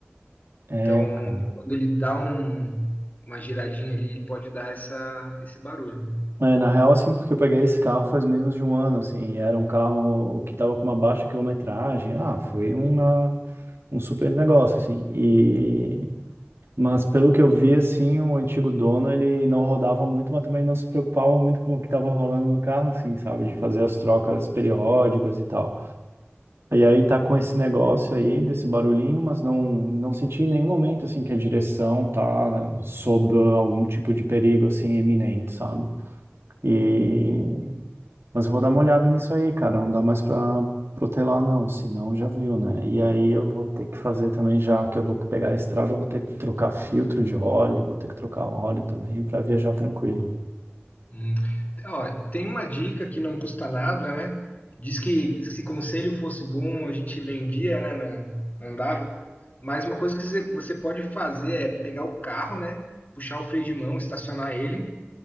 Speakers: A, on the left; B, on the right.
A: Então,
B: é, cara.
A: quando ele dá um- uma giradinha ali, ele pode dar essa, esse barulho.
B: É, na real, assim, porque eu peguei esse carro faz menos de um ano, assim, e era um carro que tava com uma baixa quilometragem. Ah, foi uma. um super negócio, assim. E... Mas pelo que eu vi, assim, o antigo dono, ele não rodava muito, mas também não se preocupava muito com o que estava rolando no carro, assim, sabe? De fazer as trocas periódicas e tal. E aí tá com esse negócio aí, desse barulhinho, mas não, não senti em nenhum momento, assim, que a direção tá sob algum tipo de perigo, assim, iminente, sabe? E mas eu vou dar uma olhada nisso aí, cara. Não dá mais pra protelar, não. Senão já viu, né? E aí eu vou ter que fazer também, já que eu vou pegar a estrada, eu vou ter que trocar filtro de óleo, vou ter que trocar óleo também pra viajar tranquilo.
A: Hum. Ó, tem uma dica que não custa nada, né? Diz que se conselho fosse bom, a gente vendia, né? Não, não dava. Mas uma coisa que você você pode fazer é pegar o carro, né? Puxar o freio de mão, estacionar ele,